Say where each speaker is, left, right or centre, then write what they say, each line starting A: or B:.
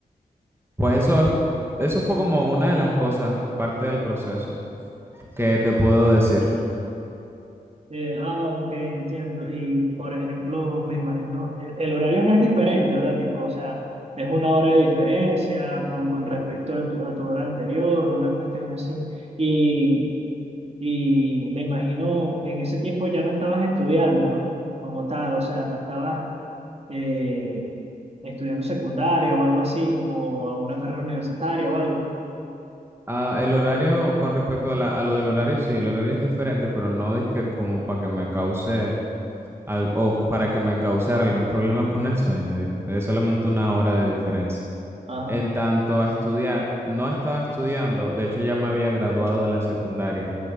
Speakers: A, on the right (about 15°); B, on the right (about 40°).
A: Pues eso es- eso fue como una de las cosas, parte del proceso, que te puedo decir.
B: Eh, ah, ok, entiendo. Y por ejemplo, me imagino, el, el horario no es diferente, ¿verdad? Tipo, o sea, es una hora de diferencia con, con respecto a tu, a tu hora anterior, una cuestión así. Y, y me imagino, en ese tiempo ya no estabas estudiando, ¿no? Como tal, o sea, no estabas eh, estudiando secundaria o algo así, o alguna carrera universitaria o algo.
A: Ah, el horario, con respecto a, la- a lo del horario, sí, el horario es diferente, pero no es que como para que me cause al- o para que me causara algún problema con el sueño, di- es solamente una hora de diferencia.
B: Ajá,
A: En tanto a estudiar, no estaba estudiando, de hecho ya me había graduado de la secundaria.